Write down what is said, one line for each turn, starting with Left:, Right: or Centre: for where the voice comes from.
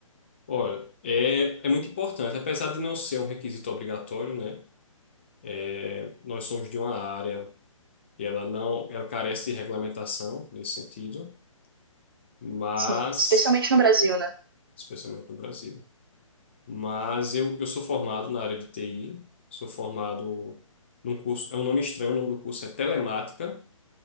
Left: Olha, é, é muito importante, apesar de não ser um requisito obrigatório, né? É, Nós somos de uma área. e ela não, ela carece de regulamentação nesse sentido, mas,
Right: Sim, especialmente no Brasil, né?
Left: especialmente no Brasil. Mas eu, eu sou formado na área de TI, sou formado num curso, é um nome estranho, o nome do curso é Telemática,